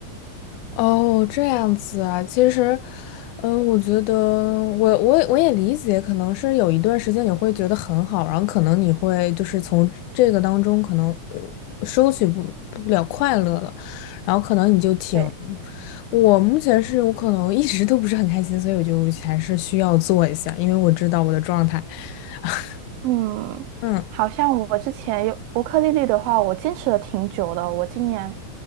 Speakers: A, on the left; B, on the right.
A: 哦，这样子啊，其实，嗯，我觉得我我我也理解，可能是有一段时间你会觉得很好，然后可能你会就是从这个当中可能呃收取不不了快乐了，然后可能你就挺，
B: 对。
A: 我目前是我可能一直都不是很开心，所以我就还是需要做一下，因为我知道我的状态。<laughs>
B: 嗯，
A: 嗯
B: 好像我之前有乌克丽丽的话，我坚持了挺久的。我今年，